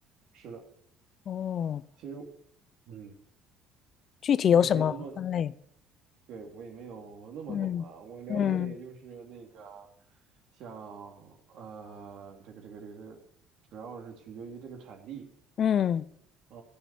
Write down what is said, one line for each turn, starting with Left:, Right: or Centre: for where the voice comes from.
Right: 是的，
Left: 哦，
Right: 其实，嗯，
Left: 具体有什么分类？
Right: 我也没有那么。对，我也没有那么懂了，
Left: 嗯嗯
Right: 我了解的也就是那个，像呃，这个这个这个是，主要是取决于这个产地。
Left: 嗯
Right: 哦